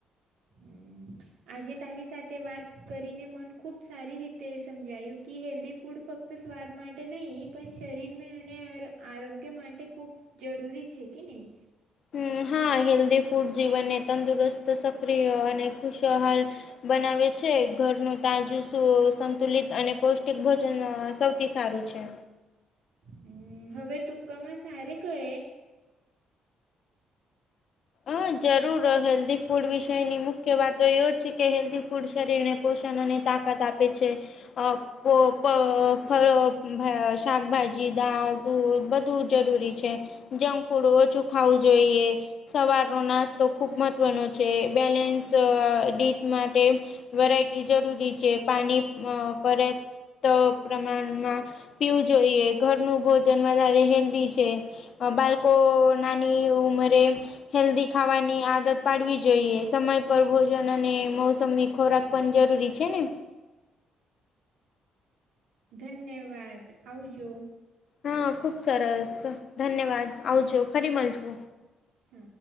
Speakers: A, on the right (about 85°); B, on the left (about 60°).
A: હમ્મ, આજે તારી સાથે વાત કરીને મન ખૂબ સારી રીતે સમજાયું કે હેલ્ધી ફૂડ ફક્ત સ્વાદ માટ ટે નહીં. પણ શરીરમાં મેં અને અ-આરોગ્ય માટે ખૂબ જરૂરી છે કે નહીં?
B: હમ્મ, હા હેલ્ધી ફૂડ જીવનને તંદુરસ્ત સક્રિય અને ખુશહાલ બનાવે છે ઘરનું તાજું તો સંતુલિત
A: ટૂંકામાં સારી કહે.
B: અને પૌષ્ટિક ભોજન અહ સૌથી સારું છે.
A: હમ્મ હવે ટુક્કામાં સારે કહે.
B: અહ જરૂર અહ હેલ્ધી ફૂડ વિષયની મુખ્ય વાતો એવી જ છે કે હેલ્ધી ફૂડ શરીરને પોષણ અને તાકાત આપે છે. અહ પો પ ફળ અહ ભય શાકભાજી, દાળ, દૂધ બધું જરૂરી છે. જંગ ફૂડો ઓછું ખાવું જોઈએ. સવારનો નાસ્તો ખૂબ મહત્ત્વનો છે બેલેન્સ ડીટ માટે. વેરાયટી જરૂરી છે પાણી અ પરત પ્રમાનમાં પીવું જોઈએ, ઘરનું ભોજન વધારે હેલ્દી છે. બાલકો નાની ઉમરે. હેલ્દી ખાવાની આદત પાળવી જોઈએ સમય પર ભોજન અને મોસમની ખોરાક પન જરૂરી છે ને.
A: ધન્યવાત આવજો.
B: હં ખુબ સરસ ધન્યવાદ આવજો ફરી મલશુ.
A: હ.